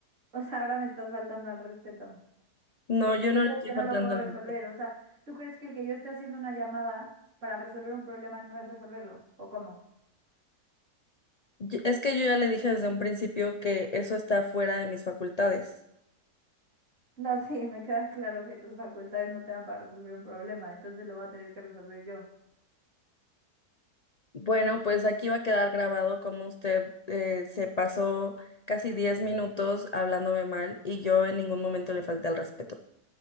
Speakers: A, on the right; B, on the left.
A: O sea, ahora me estás faltando al respeto.
B: No, yo
A: Piensas
B: no le estoy
A: que
B: faltando
A: no lo puedo resolver.
B: al respeto.
A: O sea, ¿tú crees que el que yo esté haciendo una llamada para resolver un problema no es resolverlo? ¿O cómo?
B: Yo- Es que yo ya le dije desde un principio que eso está fuera de mis facultades.
A: No, sí, me queda claro que tus facultades no te dan para resolver un problema, entonces lo voy a tener que resolver yo.
B: Bueno, pues aquí va a quedar grabado cómo usted eh, se pasó casi 10 minutos hablándome mal y yo en ningún momento le falté al respeto.